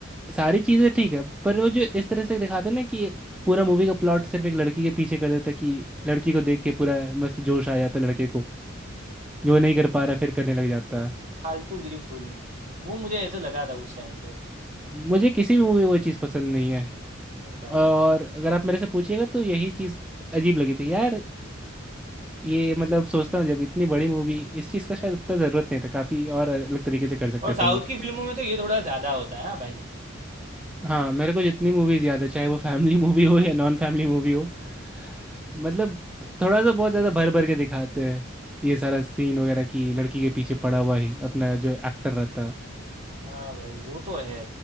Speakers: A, in the centre; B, on the right (about 35°).
A: सारी चीज़ें ठीक है पर वो जो इस तरह से दिखाते हैं ना कि पूरा मूवी का प्लॉट सिर्फ एक लड़की के पीछे कर देता है कि लड़की को देख के पूरा मस्त जोश आ जाता है लड़के को जो नहीं कर पा रहा फिर करने लग जाता है
B: फालतूगिरी फूल वो मुझे ऐसे लगा था उस टाइम पे
A: मुझे किसी भी मूवी में वो चीज़ पसंद नहीं है
B: हम्म, भाई
A: और अगर आप मेरे से पूछिएगा तो यही चीज़ अजीब लगी थी यार ये मतलब सोचता हूँ जब इतनी बड़ी मूवी इस चीज़ का शायद उतना ज़रूरत नहीं था काफ़ी और अलग तरीके से कर सकते
B: और साउथ
A: थे वो
B: की फिल्मों में तो ये थोड़ा ज़्यादा होता है हाँ भाई
A: हाँ मेरे को जितनी मूवीज़ याद है चाहे वो फैमिली मूवी हो या नॉन फैमिली मूवी हो मतलब थोड़ा सा बहुत ज़्यादा भर भर के दिखाते हैं ये सारा सीन वगैरह कि लड़की के पीछे पड़ा हुआ है अपना जो एक्टर रहता
B: हाँ भाई वो तो है